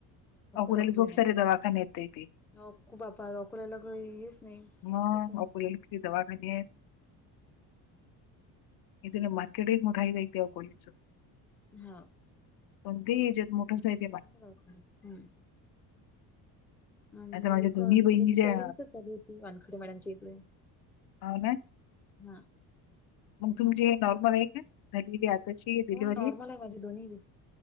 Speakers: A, on the left (about 60°); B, in the centre.
A: अकाेल्याले
B: डॉक्टर
A: खूंप
B: आहे
A: सारें दवाखाने आहेत ताई ते.
B: हो. खूप बापारे अकोल्याले काही हेचं नाहीं.
A: मग
B: खूप आहे. हं.
A: अकोल्याला किती दवाखाने आहेत. इथं तरं मार्केट <unintelligible>
B: हो.
A: पण ते <unintelligible>
B: चांगल <unintelligible> हम्मं. मगं
A: आता माझ्या
B: इथं
A: दोन्ही
B: निधी
A: बहिणी
B: तिच्या
A: ज्या
B: वेळी इथंच झालीं होती. वानखेडे मॅडमच्या इकडे.
A: हां ना?
B: हां.
A: मगं तुमचे हे नॉर्मल आहे कां? झालीं आताची डिलीवरी?
B: हो नॉर्मल आहे माझे दोन्ही बी